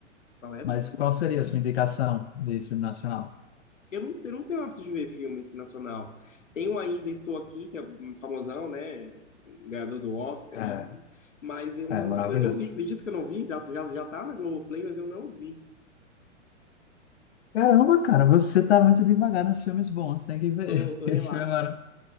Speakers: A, on the left; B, on the left.
A: Qual é?
B: Mas qual seria a sua indicação de filme nacional?
A: Eu não, eu não tenho hábito de ver filme assim, nacional. Tenho ainda Estou Aqui, que é um famosão, né? Ganhador do Oscar,
B: É,
A: e... mas eu
B: é
A: não,
B: maravilhoso.
A: eu não vi. Acredito que eu não vi, já, já, já tá na Globoplay, mas eu não vi.
B: Caramba, cara, você tá muito devagar nos filmes bons, tem que ver.
A: Tô,
B: <laughs>
A: tô
B: Esse
A: relapso.
B: filme é, mara...